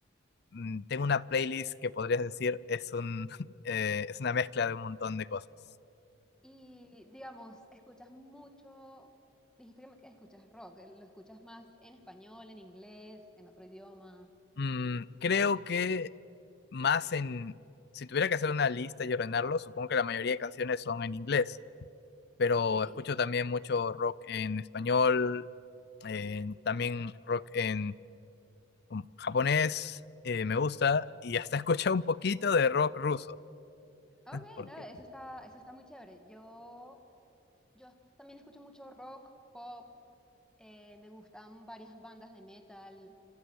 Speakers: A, on the left; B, in the centre.
A: Mm, tengo una playlist que podrías decir es un, <laughs> eh, es una mezcla de un montón de cosas.
B: Y digamos, escuchas mucho, dijiste que me- que escuchas rock, eh, ¿lo escuchas más en español, en inglés, en otro idioma?
A: Mm, creo que más en, si tuviera que hacer una lista y ordenarlo, supongo que la mayoría de canciones son en inglés, pero
B: Ok.
A: escucho también mucho rock en español, en- también rock en um, japonés, eh, me gusta, y hasta <laughs> he escuchado un poquito de rock ruso,
B: Ah, Ok,
A: porque
B: no, eso está, eso está muy chévere. Yo, yo también escucho mucho rock, pop, eh, me gustan varias bandas de metal.